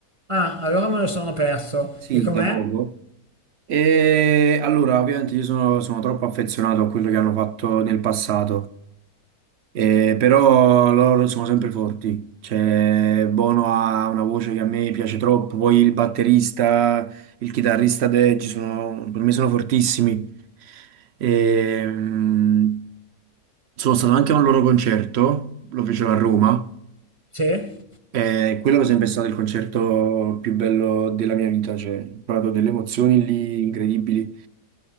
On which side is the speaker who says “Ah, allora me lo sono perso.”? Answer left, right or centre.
Right